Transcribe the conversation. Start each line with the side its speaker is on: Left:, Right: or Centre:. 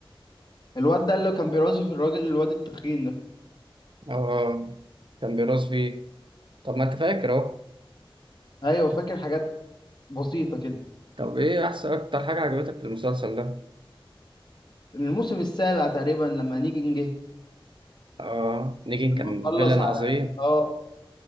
Left: الواد ده اللي كان بيرازف الراجل الواد التخين ده
Right: اه كان بيراث فيه طب ما انت فاكر اهو
Left: ايوه فاكر حاجات بسيطة كده
Right: طب إيه أحسن أكتر حاجة عجبتك في المسلسل ده؟
Left: الموسم السابع تقريبا لما نيجي جه
Right: اه نيجن
Left: لما
Right: كان
Left: خلص
Right: فيلن
Left: على
Right: عظيم
Left: اه